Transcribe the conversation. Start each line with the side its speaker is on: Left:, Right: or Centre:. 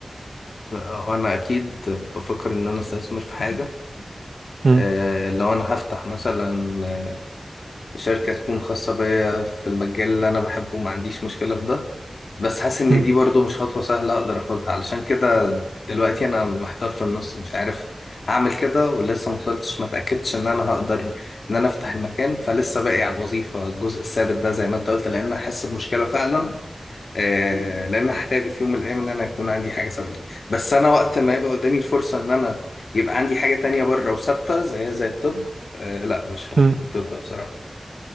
Left: هو انا اكيد بفكر ان انا استثمر في حاجه
Right: مم،
Left: آه، لو انا هفتح مثلا آه، شركه تكون خاصه بيا في المجال اللي انا بحبه ما عنديش مشكله في ده بس حاسس ان
Right: مم،
Left: دي برضو مش خطوه سهله اقدر اخدها علشان كده دلوقتي انا محتار في النص مش عارف اعمل كده ولسه ما وصلتش ما اتاكدتش ان انا هقدر ان انا افتح المكان فلسه باقي على الوظيفه الجزء الثابت ده زي ما انت قلت لان احس بمشكله فعلا آه، لان هحتاجه في يوم من الايام ان انا يكون عندي حاجه ثابته بس انا وقت ما يبقى قدامي الفرصه ان انا يبقى عندي حاجه تانية بره وثابته زي زي الطب آه، لا مش هختار
Right: مم.
Left: الطب بصراحه